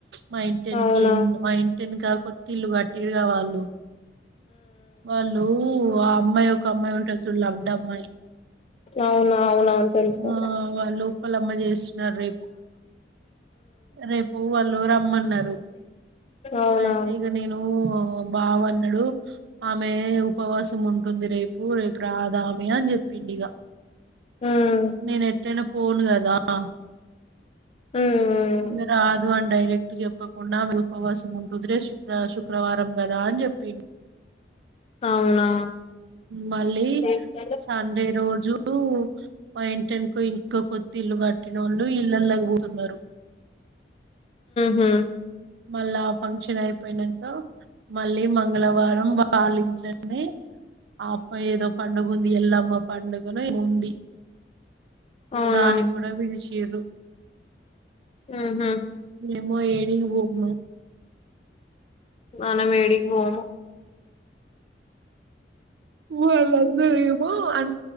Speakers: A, on the right; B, on the left.
A: మా ఇంటెనెకే
B: అవునా
A: మా ఇం ఎనుకా కొత్తిల్లు గట్టిర్రుగా వాళ్ళు వాళ్ళూ వా అమ్మాయి ఒక అమ్మాయి ఉంటది చూడు లడ్డమ్మాయి
B: అవునా అవునవును తెలుసు
A: ఆ వాళ్ళు ఉప్పలమ్మ చేస్తున్నరు రేపు రేపు వాళ్ళు రమ్మన్నరు
B: అవునా
A: అయితే ఇగ నేనూ బావ అన్నడు ఆమె ఉపవాసం ఉంట టుంది రేపు రేపు రాదామె అని చెప్పిండు ఇగ
B: హ్మ్
A: నేను ఎట్లైన పోనుగద దా అ
B: హ్మ్
A: ఇగ రాదు అని డైరెక్ట్ చెప్పకుండా ఆమె ఉపవాసం ఉంటది రే శుక్ర శుక్రవారం కదా అని చెప్ప ప్పిండు
B: అవునా
A: మళ్ళీ
B: హ్మ్
A: సండే రోజు మాయింటేనుకో ఇం ఇంకా కొత్తిళ్లు కట్టినోళ్ళు ఇళ్లలోకిపోతున్నారు.
B: హు
A: మళ్ళా ఆ ఫంక్షన్ అయిపోయినంక మళ్ళీ మంగళవారం పాలించనే ఆ అమ్మ ఏదో పండుగ ఉంది ఎల్లమ్మ పండుగనో ఏమో ఉంది.
B: అవునా
A: దానికి కూడా పిలిచి లేదో
B: హ్మ్ హు
A: ఏమో ఏడిగ్ బో అ
B: మనమేడికి పోము
A: ఊలా అందరిమో అ